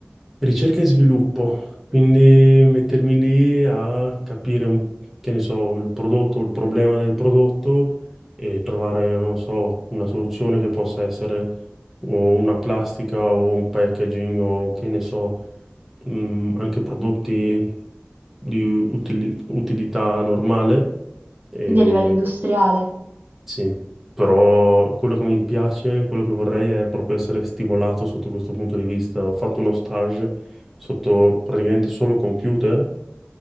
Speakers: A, in the centre; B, on the right (about 50°).
A: Ricerca e sviluppo, quindi mettermi lì a capire, un- che ne so, il prodotto, il problema del prodotto e trovare, non so, una soluzione che possa essere o una plastica o un packaging o che ne so, mm, anche prodotti di utili- utilità normale Mhm. e
B: Quindi a livello industriale
A: sì, però quello che mi piace, quello che vorrei è proprio essere stimolato sotto questo punto di vista. Ho fatto uno stage sotto praticamente solo computer